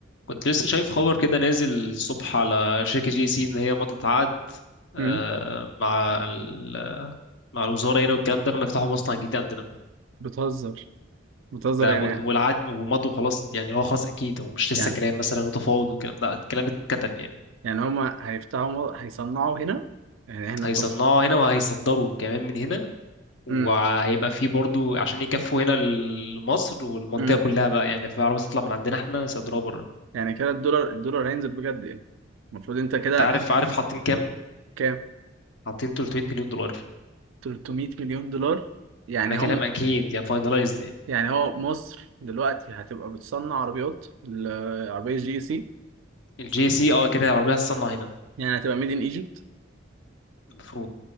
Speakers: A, on the left; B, on the right.
A: كنت لسه شايف خبر كده نازل الصبح على شركة جي سي إن هي مضت عقد آه،
B: امم
A: مع ال- مع الوزارة هنا والكلام ده لما يفتحوا مصنع جديد عندنا
B: بتهزر بتهزر
A: ده
B: يعني
A: والعقد ومضوا خلاص يعني هو خلاص أكيد هو مش لسه
B: يعني
A: كلام مثلا وتفاوض والكلام ده الكلام اتكتب يعني
B: يعني هما هيفتحوا مو- هيصنعوا هنا يعني احنا
A: هيصنعوا
B: التص
A: هنا وهيصدروا كمان من هنا وهيبقى
B: امم
A: فيه برضو عشان يكفوا هنا مصر والمنطقة
B: امم
A: كلها بقى يعني في عربية تطلع من عندنا احنا يصدروها بره
B: يعني كده الدولار الدولار هينزل بجد يعني المفروض انت كده
A: انت عارف عارف حاطين كام؟
B: كام
A: حاطين 300 مليون دولار
B: 300 مليون دولار يعني
A: ده كلام
B: هم
A: اكيد يعني فاينلايزد
B: يعني هو مصر دلوقتي هتبقى بتصنع عربيات العربية جي سي
A: الجي سي اه كده العربية هتصنع هنا
B: يعني هتبقى ميد ان ايجيبت
A: المفروض